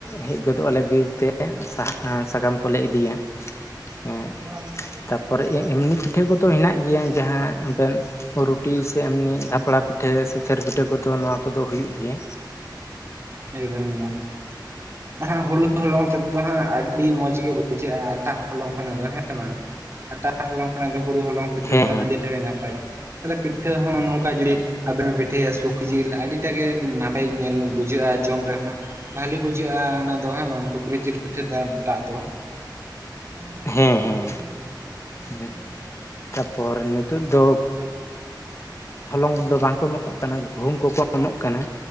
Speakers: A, on the left; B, on the right.
A: ᱦᱮᱡ ᱜᱚᱫᱚᱜ ᱟᱞᱮ ᱵᱤᱨ ᱛᱮ <unintelligible> ᱥᱟᱠᱟᱢ ᱠᱚ ᱞᱮ ᱤᱫᱤᱭᱟ ᱮᱸ
B: ᱚᱲᱟᱜ ᱦᱚ ᱢᱮᱱᱟ-ᱟ ᱚᱱᱰᱮᱜᱤ
A: ᱛᱟᱯᱚᱨᱮ ᱮᱢᱱᱤ ᱯᱤᱴᱷᱟᱹ ᱠᱚᱫᱚ ᱦᱮᱱᱟᱜ ᱜᱮᱭᱟ ᱡᱟᱦᱟᱸ ᱟᱵᱮᱱ ᱨᱩᱴᱤ ᱥᱮ ᱮᱢᱱᱤ ᱫᱷᱟᱯᱲᱟ ᱯᱤᱴᱷᱟᱹ ᱥᱮ ᱪᱟᱹᱨ ᱯᱤᱴᱷᱟᱹ ᱠᱚᱫᱚ ᱱᱚᱣᱟ ᱠᱚᱫᱚ ᱦᱩᱭᱩᱜ ᱜᱮᱭᱟ᱾
B: ᱮᱠᱫᱚᱢ ᱮᱠᱫᱚᱢ, ᱟᱨ ᱦᱚ ᱦᱩᱲᱩ ᱦᱳᱞᱳᱸᱜᱽ ᱛᱮᱫ ᱫᱚ ᱦᱟᱸᱜ ᱟᱹᱰᱤ ᱢᱚᱸᱡᱽ ᱜᱮ ᱵᱩᱡᱷᱟᱹᱜᱼᱟ, ᱟᱴᱟ ᱦᱚᱞᱚᱝ ᱠᱷᱚᱱᱟᱜ ᱫᱚ ᱦᱮᱸ ᱵᱟᱝ, ᱟᱴᱟ ᱦᱚᱞᱚᱝ ᱠᱷᱚᱱ ᱚᱱᱟ ᱫᱚ ᱦᱩᱲᱩ ᱦᱚᱞᱚᱝ ᱯᱤᱴᱷᱟᱹ
A: ᱦᱮᱸ
B: ᱫᱚ ᱦᱟᱸᱜ ᱟᱹᱰᱤ ᱴᱟᱜᱮ ᱱᱟᱯᱟᱭᱟᱜᱼᱟ ᱾ ᱛᱟᱦᱚᱞᱮ ᱯᱤᱴᱷᱟᱹ ᱦᱚᱸ ᱱᱚᱝᱠᱟ ᱡᱩᱫᱤ ᱟᱵᱮᱱ ᱯᱤᱴᱷᱟᱹᱭᱟ ᱥᱩᱠᱨᱤ ᱡᱤᱞ ᱟᱹᱰᱤᱴᱟᱜ ᱜᱮ ᱱᱟᱯᱟᱭ ᱧᱮᱞ ᱵᱩᱡ ᱵᱩᱡᱷᱟᱹᱜᱼᱟ ᱡᱚᱢ ᱨᱮᱦᱚᱸ ᱵᱷᱟᱞᱤ ᱵᱩᱡᱷᱟᱹᱜᱼᱟ ᱾ ᱚᱱᱟ ᱫᱚ ᱦᱮᱸ ᱵᱟᱝ ᱥᱩᱠᱨᱤ ᱡᱤᱞ ᱯᱤᱴᱷᱟᱹᱴᱟᱜ ᱫᱚ, <unintelligible>
A: ᱦᱮᱸ ᱦᱮᱸ ᱦᱮᱸ ᱛᱟᱯᱚᱨ ᱱᱤᱛᱚᱜ ᱫᱚ ᱦᱚᱞᱚᱝ ᱫᱚ ᱵᱟᱝ ᱠᱚ ᱮᱢᱚᱜ ᱠᱟᱱᱟ ᱜᱩᱦᱩᱢ ᱠᱚᱠᱚ ᱮᱢᱚᱜ ᱠᱟᱱᱟ᱾